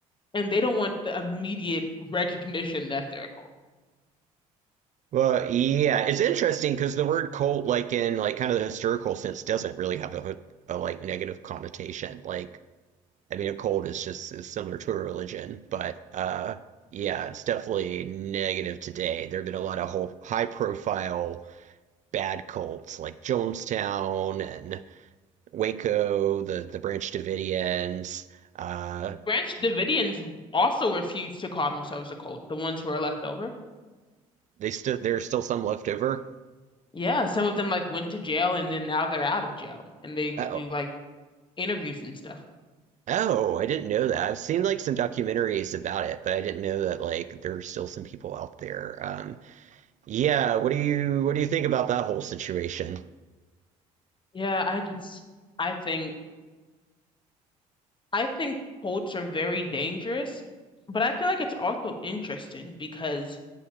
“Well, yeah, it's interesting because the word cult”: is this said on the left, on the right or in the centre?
Right